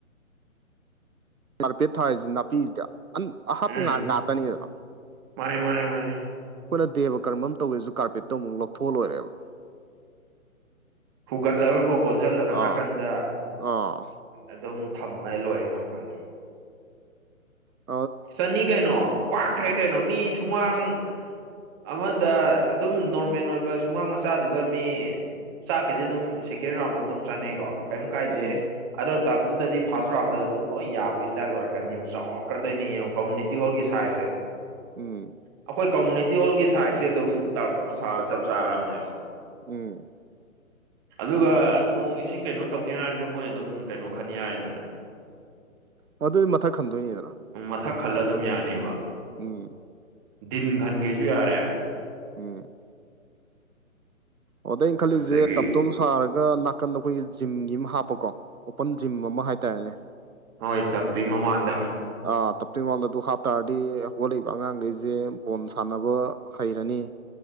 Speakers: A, on the right (about 80°); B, on the right (about 15°).
A: ꯃꯥꯔꯄꯦꯠ ꯊꯥꯔꯤꯁꯤ ꯅꯥꯄꯤꯁꯤꯗ ꯑꯍꯥꯞꯄ
B: ꯎꯝ
A: ꯉꯍꯥꯛ ꯉꯥꯛꯇꯅꯤꯗꯅ
B: ꯃꯥꯅꯦ ꯃꯥꯅꯦ ꯃꯥꯅꯦ
A: ꯑꯩꯈꯣꯏꯅ ꯗꯦꯕ ꯀꯔꯝ ꯇꯧꯗꯦꯁꯨ ꯀꯥꯔꯄꯦꯠꯇꯣ ꯑꯃꯨꯛ ꯂꯧꯊꯣꯛ ꯂꯣꯏꯔꯦꯕ
B: ꯍꯨꯒꯠꯂꯒꯒꯣ ꯀꯣꯟꯁꯤꯜꯂꯒ
A: ꯑꯥ
B: ꯅꯥꯀꯟꯗ
A: ꯑꯥ
B: ꯑꯗꯨꯝ ꯊꯝꯃꯒ ꯂꯣꯏꯔꯦ ꯉꯥꯏꯍꯥꯛꯇꯪꯅꯤ
A: ꯑꯣ
B: ꯆꯅꯤ ꯀꯩꯅꯣ ꯄꯥꯛꯈ꯭ꯔꯦ ꯀꯩꯅꯣ ꯃꯤ ꯁꯨꯃꯥꯡ ꯑꯃꯗ ꯑꯗꯨꯝ ꯅꯣꯔꯃꯦꯜ ꯑꯣꯏꯕ ꯁꯨꯃꯥꯡ ꯃꯆꯥꯗꯨꯗ ꯃꯤ ꯆꯥꯛꯀꯁꯤ ꯑꯗꯨꯝ ꯁꯦꯀꯦꯟ ꯔꯥꯎꯟꯐꯥꯎ ꯑꯗꯨꯝ ꯆꯥꯅꯩꯀꯣ ꯀꯔꯤꯝ ꯀꯥꯏꯗꯦ
A: ꯎꯝ
B: ꯑꯗꯣ ꯇꯞꯇꯨꯗꯗꯤ ꯐꯥꯔꯁ ꯔꯥꯎꯟꯗ ꯑꯗꯨꯝ ꯂꯣꯏ ꯌꯥꯕꯒꯤ ꯏꯁꯇꯥꯏꯜ ꯑꯣꯏꯔꯛꯀꯅꯤꯕ ꯆꯥꯎꯔꯛꯀ ꯅꯦ ꯌꯦꯡꯉꯣ ꯀꯝꯃꯨꯅꯤꯇꯤ ꯍꯣꯜꯒꯤ ꯁꯥꯏꯖꯁꯦ
A: ꯎꯝ
B: ꯑꯩꯈꯣꯏ ꯀꯃꯨꯅꯤꯇꯤ ꯐꯇꯤ ꯍꯣꯜꯒꯤ ꯁꯥꯏꯖꯁꯦ ꯑꯗꯨꯝ ꯇꯔꯞ ꯑꯃ ꯁꯥꯕ ꯆꯞ ꯆꯥꯔꯕꯅꯦꯕ
A: ꯎꯝ
B: ꯑꯗꯨꯒ ꯅꯣꯡ ꯏꯁꯤꯡ ꯀꯩꯅꯣ ꯇꯧꯅꯤ ꯍꯥꯏꯔꯁꯨ ꯃꯣꯏ ꯑꯗꯨꯝ ꯀꯩꯅꯣ ꯈꯟꯅꯤ ꯌꯥꯏꯗꯅ
A: ꯃ ꯑꯗꯨꯗꯤ ꯃꯊꯛ ꯈꯟꯗꯣꯏꯅꯤꯗꯅ
B: ꯎ ꯃꯊꯛ ꯈꯜꯂ ꯑꯗꯨꯝ ꯌꯥꯅꯤꯕ
A: ꯎꯝ
B: ꯗꯤꯟ ꯈꯟꯒꯦꯁꯨ ꯌꯥꯔꯦ
A: ꯎꯝ ꯑꯣꯗ ꯑꯩꯅ ꯈꯜꯂꯤꯁꯦ
B: ꯑꯗꯨꯗꯒꯤ
A: ꯇꯞꯇꯣꯞ ꯁꯥꯔꯒ ꯀꯟꯗ ꯑꯩꯈꯣꯏꯒꯤ ꯖꯤꯝꯒꯤ ꯑꯃ ꯍꯥꯞꯄꯀꯣ ꯑꯣꯄꯟ ꯖꯤꯝ ꯑꯃ ꯍꯥꯏꯇꯥꯔꯦꯅꯦ
B: ꯍꯣꯏ ꯇꯞꯇꯣꯏꯏ ꯃꯃꯥꯡꯗ
A: ꯑꯥ ꯇꯞꯇꯨ ꯃꯃꯥꯡꯗ ꯑꯗꯨ ꯍꯥꯞꯇꯥꯔꯗꯤ ꯍꯧꯒꯠꯂꯛꯏꯕ ꯑꯉꯥꯡꯈꯩꯁꯦ ꯕꯣꯜ ꯁꯥꯟꯅꯕ ꯍꯩꯔꯅꯤ